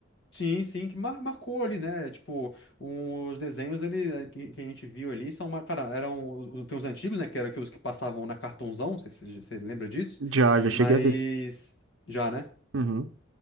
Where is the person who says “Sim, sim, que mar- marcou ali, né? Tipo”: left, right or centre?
Left